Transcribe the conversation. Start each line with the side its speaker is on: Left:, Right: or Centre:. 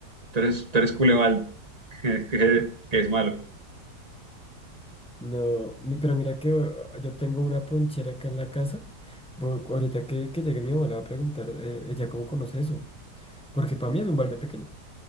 Right: tú eres, tú eres cule balde, <laughs> que, que es malo.
Centre: No, mi- pero mira que o- yo tengo una ponchera acá en la casa. Bo- Ahorita que, que llegue mi mamá le va a preguntar, eh, ella cómo conoce eso. Porque para mí es un balde pequeño